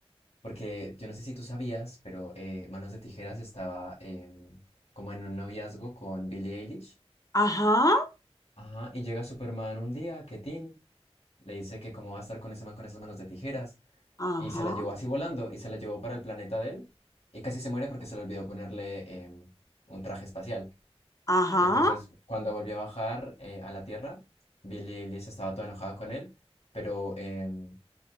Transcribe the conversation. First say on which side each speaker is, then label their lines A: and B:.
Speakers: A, on the left; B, on the left.
A: Porque yo no sé si tú sabías, pero eh, Manos de Tijeras estaba em, como en un noviazgo con Billie Eilish.
B: Ajá,
A: Ajá, y llega Superman un día, que Tin le dice que cómo va a estar con ese man con esas manos de tijeras.
B: ajá,
A: Y se la llevó así volando, y se la llevó para el planeta de él. Y casi se muere porque se le olvidó ponerle em, un traje espacial.
B: ajá.
A: Y entonces cuando volvió a bajar eh, a la Tierra, Billie Eilish estaba toda enojada con él, pero em,